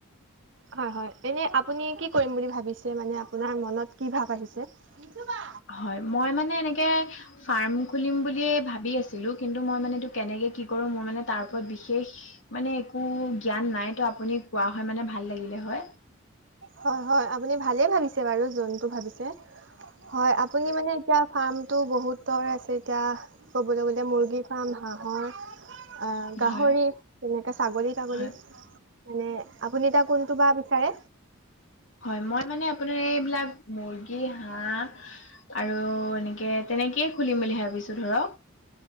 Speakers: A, on the right (about 55°); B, on the left (about 60°).
A: হয় হয় এনে আপুনি কি কৰিম বুলি ভাবিছে মানে আপোনাৰ মনত কি ভাব আহিছে তুবা
B: হয় মই মানে এনেকে ফাৰ্ম খুলিম বুলিয়ে ভাবি আছিলো কিন্তু মই মানে এইটো কেনেকে কি কৰো মোৰ মানে তাৰ ওপৰত বিশেষ মানে একো একো জ্ঞান নাই তো আপুনি কোৱা হয় মানে ভাল লাগিলে হয়।
A: হয় হয় আপুনি ভালে ভাবিছে বাৰু জোনটো ভাবিছে। হয়, আপুনি মানে এতিয়া ফাৰ্মটো বহুতৰ আছে এতিয়া ক'বলৈ গ'লে মুৰ্গী ফাৰ্ম হাঁহৰ আঁ গাহৰি
B: হয়
A: তেনেকে ছাগলী তাগলী।
B: হয়
A: মানে আপুনি এতিয়া কোনটো বা বিচাৰে?
B: হয় মই মানে আপোনাৰ এইবিলাক মুৰ্গী হাঁহ আৰু এনেকে তেনেকেই খুলিম বুলি ভাবিছো ধৰক।